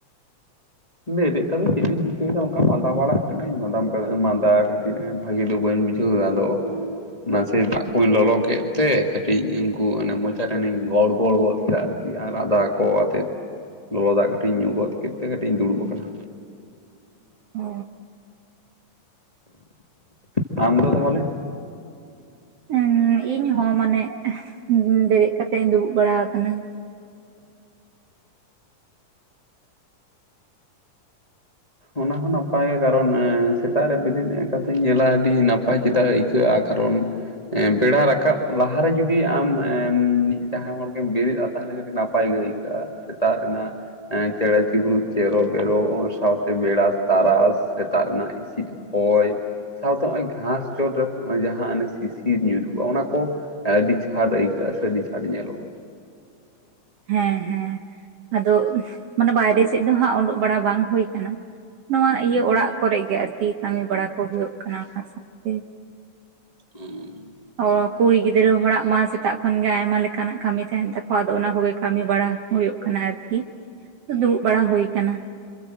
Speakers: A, on the left; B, on the right.
A: ᱵᱮᱨᱮᱫ ᱠᱟᱛᱮᱫ ᱪᱮᱫ ᱤᱧ ᱪᱤᱠᱟᱹᱭᱮᱫᱟ ᱚᱱᱠᱟ ᱢᱟᱸᱫᱟ ᱵᱟᱲᱟᱜ ᱠᱟᱹᱱᱟᱹᱧ ᱢᱟᱫᱟᱢ ᱚᱱᱠᱟ ᱢᱟᱸᱫᱟ ᱠᱷᱟᱹᱛᱤᱨ ᱮᱸ ᱵᱷᱟᱜᱮ ᱫᱚ ᱵᱟᱹᱧ ᱵᱩᱡᱷᱟᱹᱣ ᱫᱟ ᱟᱫᱚ ᱱᱟᱥᱮ ᱫᱟᱜ ᱠᱩᱧ ᱞᱚᱞᱚ ᱠᱮᱫ ᱛᱮ ᱠᱟᱹᱴᱤᱡ ᱩᱱᱠᱩ ᱚᱱᱮ ᱢᱚᱪᱟᱨᱮᱱᱤᱧ ᱜᱚᱲᱜᱚᱲ ᱜᱚᱫ ᱠᱮᱫᱟ ᱟᱨᱠᱤ᱾ ᱠᱤ ᱟᱨ ᱟᱫᱟ ᱠᱚ ᱟᱛᱮᱫ ᱞᱚᱞᱚ ᱫᱟᱜ ᱠᱟᱹᱴᱤᱡ ᱤᱧ ᱧᱩ ᱜᱚᱫ ᱠᱮᱫ ᱛᱮ ᱠᱟᱹ ᱤᱡ ᱤᱧ ᱫᱩᱲᱩᱵ ᱟᱠᱟᱱᱟ᱾
B: ᱚᱻ
A: ᱟᱢ ᱫᱚ ᱛᱟᱦᱚᱞᱮ?
B: ᱩᱸ ᱤᱧ ᱦᱚᱸ ᱢᱟᱱᱮ ᱵᱮᱨᱮᱫ ᱠᱟᱛᱮ ᱤᱧ ᱫᱩᱲᱩᱵ ᱵᱟᱲᱟ ᱟᱠᱟᱱᱟ᱾
A: ᱚᱱᱟ ᱦᱚᱸ ᱱᱟᱯᱟᱭᱟ ᱠᱟᱨᱚᱱ ᱮᱸ ᱥᱮᱛᱟᱜ ᱨᱮ ᱵᱮᱨᱮᱫ ᱠᱟᱛᱤᱧ ᱧᱮᱞᱟ ᱟᱹᱰᱤ ᱱᱟᱯᱟᱭ ᱪᱮᱫᱟᱜ ᱟᱹᱭᱠᱟᱹᱜᱼᱟ ᱠᱟᱨᱚᱱ᱾ ᱮᱸ ᱵᱮᱲᱟ ᱨᱟᱠᱟᱵ ᱞᱟᱦᱟᱨᱮ ᱡᱩᱫᱤ ᱟᱢ-ᱮᱢ ᱡᱟᱦᱟᱸᱭ ᱦᱚᱲ ᱜᱮᱢ ᱵᱮᱨᱮᱫᱼᱟ ᱛᱟᱦᱚᱞᱮ ᱠᱟᱹᱴᱤᱡ ᱱᱟᱯᱟᱭ ᱜᱮ ᱟᱹᱭᱠᱟᱹᱜᱼᱟ᱾ <unintelligible> ᱥᱮᱛᱟᱜ ᱨᱮᱱᱟᱜ ᱮᱸ ᱪᱮᱸᱬᱮᱸ ᱪᱤᱯᱩᱨᱩᱫ ᱪᱮᱨᱚ ᱵᱮᱨᱚ᱾ ᱥᱟᱶᱛᱮ ᱵᱮᱲᱟ ᱛᱟᱨᱟᱥ ᱥᱮᱛᱟᱜ ᱨᱮᱱᱟᱜ ᱤᱥᱤᱫ ᱦᱚᱭ᱾ ᱥᱟᱶᱛᱮ ᱦᱚᱜᱼᱚᱭ ᱜᱷᱟᱸᱥ ᱪᱚᱴ ᱨᱮ ᱦᱚᱜᱼᱚᱭ ᱡᱟᱦᱟᱸ ᱚᱱᱮ ᱥᱤᱥᱤᱨ ᱧᱩᱨᱦᱩᱜᱼᱟ ᱚᱱᱟ ᱠᱚ᱾ ᱟᱹᱰᱤ ᱪᱷᱟᱴ ᱟᱹᱭᱠᱟᱹᱜᱼᱟ ᱥᱮ ᱟᱹᱰᱤ ᱪᱷᱟᱴ ᱧᱮᱞᱚᱜ
B: ᱦᱮᱸ ᱦᱮᱸ ᱟᱫᱚ ᱢᱟᱱᱮ ᱵᱟᱭᱨᱮ ᱥᱮᱫ ᱫᱚ ᱦᱟᱸᱜ ᱳᱰᱳᱜ ᱵᱟᱲᱟ ᱵᱟᱝ ᱦᱩᱭ ᱠᱟᱱᱟ ᱱᱚᱣᱟ ᱤᱭᱟᱹ ᱚᱲᱟᱜ ᱠᱚᱨᱮᱜ ᱜᱮ ᱟᱨᱠᱤ᱾ ᱠᱟᱹᱢᱤ ᱵᱟᱲᱟ ᱠᱚ ᱦᱩᱭᱩᱜ ᱚᱱ <unintelligible> ᱛᱤᱨ
A: ᱩᱸ
B: ᱚ ᱠᱩᱲᱤ ᱜᱤᱫᱽᱨᱟᱹ ᱦᱚᱲᱟᱜ ᱢᱟ ᱥᱮᱛᱟᱜ ᱠᱷᱚᱱ ᱜᱮ ᱟᱭᱢᱟ ᱞᱮᱠᱟᱱᱟᱜ ᱠᱟᱹᱢᱤ ᱛᱟᱦᱮᱱ ᱛᱟᱠᱚᱣᱟ ᱟᱫᱚ ᱚᱱᱟ ᱠᱚᱜᱮ᱾ ᱠᱟᱹᱢᱤ ᱵᱟᱲᱟ ᱦᱳᱭᱳᱜ ᱠᱟᱱᱟ ᱟᱨᱠᱤ ᱫᱩᱲᱩᱵ ᱵᱟᱲᱟ ᱦᱩᱭ ᱟᱠᱟᱱᱟ᱾